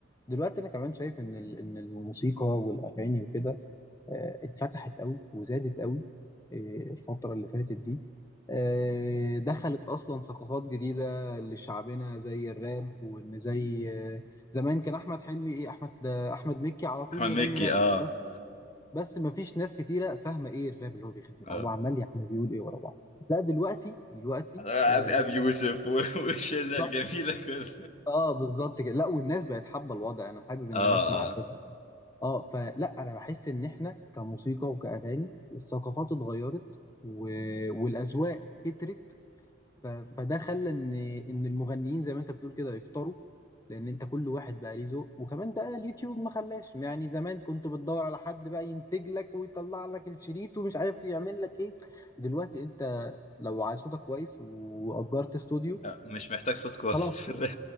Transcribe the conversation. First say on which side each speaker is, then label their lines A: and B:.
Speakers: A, on the left; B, on the left.
A: دلوقتي انا كمان شايف ان ال... ان الموسيقى والاغاني وكده آه، اتفتحت قوي وزادت قوي آه، الفترة اللي فاتت دي آه، دخلت أصلا ثقافات جديدة لشعبنا زي الراب وإن زي آه، زمان كان أحمد حلمي إيه أحمد آه، أحمد مكي على طول
B: احمد
A: يغني
B: مكي
A: راب
B: اه
A: بس بس مفيش ناس كتيرة فاهمة إيه الراب اللي هو بيغني
B: اه
A: ده هو عمال يا عم بيقول إيه ورا بعض لا دلوقتي دلوقتي
B: ابي
A: آه،
B: أبي يوسف و- <laughs> والشله
A: بالظبط
B: الجميله كلها
A: اه بالظبط كده لا والناس بقت حابة الوضع أنا حابب إن
B: اه
A: أنا أسمع
B: اه
A: اه فلا انا بحس ان احنا كموسيقى وكاغاني الثقافات اتغيرت و... والاذواق كترت ف... فده خلى ان ان المغنيين زي ما انت بتقول كده يكتروا لان انت كل واحد بقى ليه ذوق وكمان ده اليوتيوب ما خلاش يعني زمان كنت بتدور على حد بقى ينتج لك ويطلع لك الشريط ومش عارف يعمل لك ايه دلوقتي انت لو عايز صوتك كويس واجرت استوديو
B: آه، مش محتاج صوت كويس
A: خلاص
B: في الراب